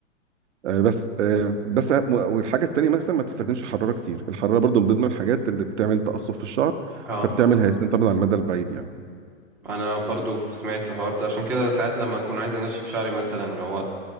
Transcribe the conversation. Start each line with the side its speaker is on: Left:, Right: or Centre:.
Right: آه، بس آه، بس أهم- والحاجه التانيه مثلا ما تستخدمش حراره كتير الحراره برضو من ضمن الحاجات اللي بتعمل تقصف في الشعر
Centre: اه
Right: فبتعمل هيشان طبعا على المدى البعيد يعني
Centre: انا برضو ف- سمعت الحوار ده عشان كده ساعات لما اكون عايز انشف شعري مثلا اللي هو